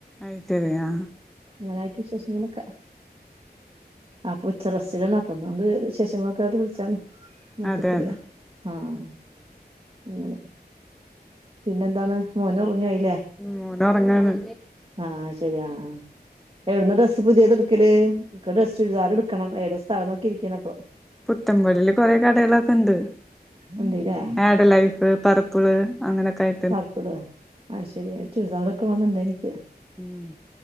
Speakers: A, in the centre; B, on the right.
A: ഐശ്ശേരി ആ...
B: നിങ്ങളായിട്ട് വിശേഷങ്ങളൊക്കെ അപ്പൊ ഉച്ചറസ്റ്റിലാണ് അപ്പൊ അതുകൊണ്ട് വിശേഷങ്ങളൊക്കെ അറിയാൻ വിളിച്ചാണ് മയക്കത്തിൽ
A: അതെ അതെ
B: അങ്ങനെ പിന്നെ എന്താണ്? മോന ഉറങ്ങിയായി.
A: മോൻ ഒറങ്ങാണ്
B: ആഹ.. ശരിയാ... എവിന്നാ ഡ്രസ്സ് പുതിയത്ടുക്കല് ഡ്രസ്സ്‌ ചുരിദാർ ടുക്കണം ഏതാ സ്ഥലം നോക്കി ഇരിക്കണ അപ്പൊ
A: പുത്തൻപള്ളിയില് കുറെ കടകളൊക്കെ ഇണ്ട്.
B: ഉണ്ട്ല്ലേ
A: ആഡ് ലൈഫ്, പറപ്പിള് അങ്ങനെയൊക്കെ ആയി
B: പാർപ്പിള ആ ശരിയ ചുരിദാരൊക്കെ വക്കണെന്നുണ്ട എനിക്ക്
A: ഉം.